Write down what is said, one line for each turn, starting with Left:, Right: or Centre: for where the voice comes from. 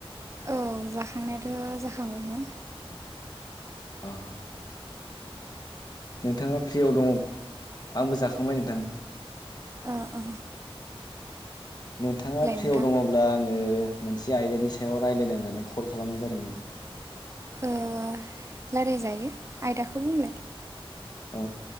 Right: औ जाखांफुनाया थ' थाखांबाय मोन।
Left: अह नोंथाङा फ्रियाव दङ आंबो जाखांबाय नोंथां।
Right: अ अ
Left: नोंथाङा फ्रियाव
Right: नोंथां
Left: दङब्ला आङो मोनसे आयदानि सायाव राय्लायनो होननानै कल खालामनाय जादोंमोन।
Right: रायलायजायो आयदाखौ बुंलाय।
Left: अ